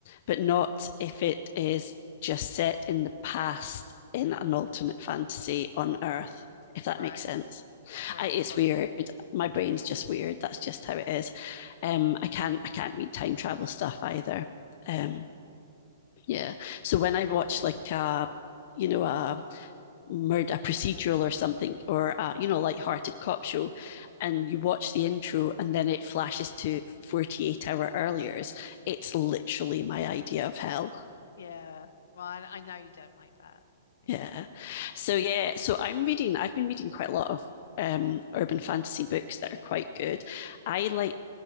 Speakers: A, on the left; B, on the left.
A: but not if it is just set in the past in an alternate fantasy on Earth, if that
B: Right.
A: makes sense.
B: Right,
A: I, it's
B: got
A: weird.
B: you.
A: My brain's just weird. That's just how it is. Um, I can't I can't read time travel stuff either. Um, yeah. So when I watch like a you know a murder a procedural or something or a, you know lighthearted cop show and you watch the intro and then it flashes to 48 hour earlier it's literally my idea of hell
B: Yeah. Well, I, I know you don't like that. Yeah.
A: Yeah. So yeah, so I'm reading, I've been reading quite a lot of um urban fantasy books that are quite good. I like